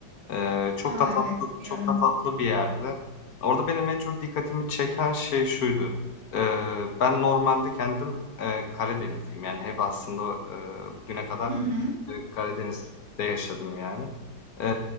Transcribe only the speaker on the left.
Ee, çok
da tatlı,
çok da tatlı bir yerde. Orada benim en çok dikkatimi çeken şey şuydu. Ee, ben normalde kendim e, Karadenizliyim. Yani hep aslında e, bugüne kadar
e, Karadeniz'de yaşadım yani. Ee,